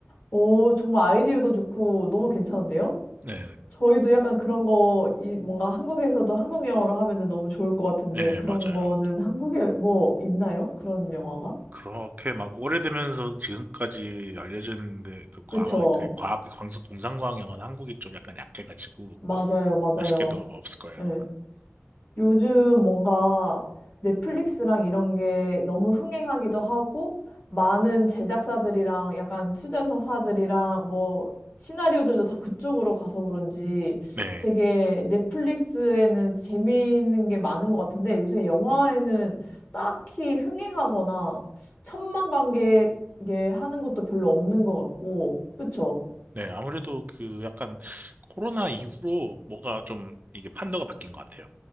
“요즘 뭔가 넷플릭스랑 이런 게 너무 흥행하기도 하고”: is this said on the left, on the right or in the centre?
Left